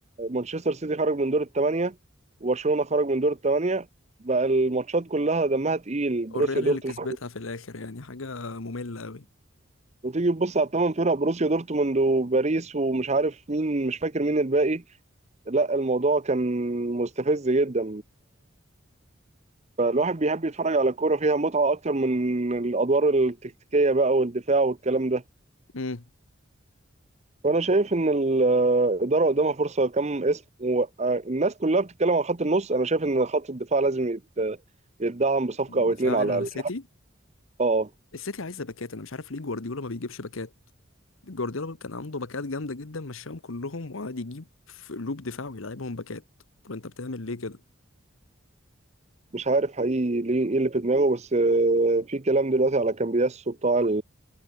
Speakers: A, on the right; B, on the left.
A: مانشستر سيتي خرج من دور الثمانيه وبرشلونه خرج من دور الثمانيه بقى الماتشات كلها دمها تقيل
B: والريال
A: بروسيا دورتموند
B: اللي كسبتها في الاخر يعني حاجة مملة قوي
A: وتيجي تبص على الثمان فرق بروسيا دورتموند وباريس ومش عارف مين مش فاكر مين الباقي لا الموضوع كان مستفز جدا فالواحد بيحب يتفرج على كورة فيها متعة أكتر من الأدوار التكتيكية بقى والدفاع والكلام ده
B: امم
A: فأنا شايف إن ال- الإدارة قدامها فرصة كم اسم والناس كلها بتتكلم عن خط النص أنا شايف إن خط الدفاع لازم يت- يتدعم بصفقة
B: دفاع
A: أو اتنين على
B: السيتي
A: الأقل أه
B: السيتي عايزة باكات انا مش عارف ليه جوارديولا ما بيجيبش باكات جوارديولا كان عنده باكات جامده جدا مشاهم كلهم وقعد يجيب في لوب دفاع ويلعبهم باكات طب انت بتعمل ليه كده
A: مش عارف حقيقي ليه ايه اللي في دماغه بس آه، في كلام دلوقتي على كامبياسو بتاع